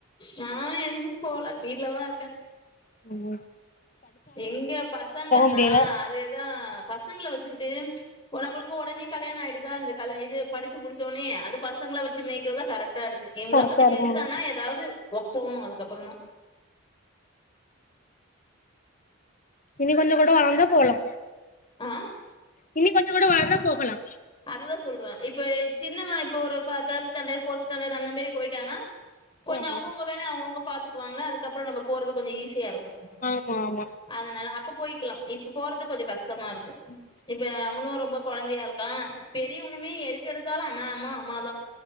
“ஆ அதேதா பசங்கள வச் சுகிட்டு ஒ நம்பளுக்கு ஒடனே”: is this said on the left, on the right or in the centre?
Left